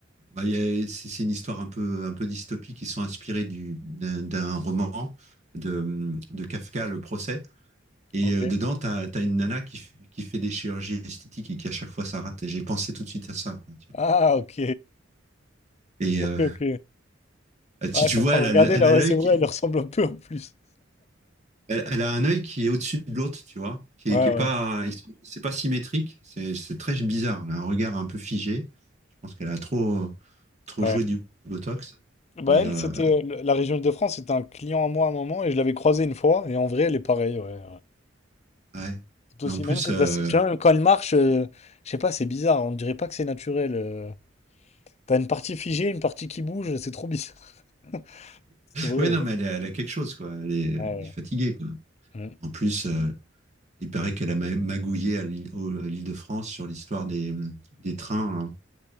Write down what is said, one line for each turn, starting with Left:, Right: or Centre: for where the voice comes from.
Right: bah, il y a- c'est c'est une histoire un peu, un peu dystopique. Ils sont inspirés du, d'un, d'un roman de, de Kafka, Le procès. Et
Left: Ok.
Right: euh, dedans, tu as, une nana qui, f- qui fait des chirurgies esthétiques et qui à chaque fois ça rate. Et j'ai pensé tout de suite à ça. Quoi, tu
Left: Ah,
Right: vois.
Left: ok.
Right: Et
Left: Ok,
Right: euh,
Left: ok.
Right: si
Left: Ouais, je
Right: tu
Left: suis
Right: vois,
Left: en train
Right: elle
Left: de regarder
Right: a, l- elle
Left: là,
Right: a
Left: ouais,
Right: l'œil,
Left: c'est vrai,
Right: qui-
Left: elle lui ressemble un peu en plus.
Right: Elle, elle a un œil qui est au-dessus de l'autre, tu vois, qui
Left: Ouais,
Right: est, qui est pas,
Left: ouais,
Right: ils sont- c'est pas symétrique, c'est c'est très bizarre. Elle a un regard un peu figé. Je pense qu'elle a trop, trop
Left: ouais.
Right: joué du Botox,
Left: Bah,
Right: mais
Left: elle,
Right: euh,
Left: c'était euh, le- la région Île-de-France, c'était un client à moi à un moment et je l'avais croisée une fois et en vrai, elle est pareille, ouais. ouais.
Right: ouais.
Left: C'est aussi,
Right: Mais en plus,
Left: même que,
Right: euh,
Left: tu vois, même quand elle marche, euh, je sais pas, c'est bizarre, on dirait pas que c'est naturel. euh. T'as une partie figée, une partie qui bouge, c'est trop bizarre. <laughs> C'est vrai,
Right: ouais,
Left: ouais.
Right: non, mais elle, a elle a quelque chose, quoi. Elle est, elle
Left: Ouais,
Right: est fatiguée, quoi.
Left: ouais.
Right: En plus, euh, il paraît qu'elle a ma- magouillé à l'île au- à l'Île-de-France sur l'histoire des, des trains, hein,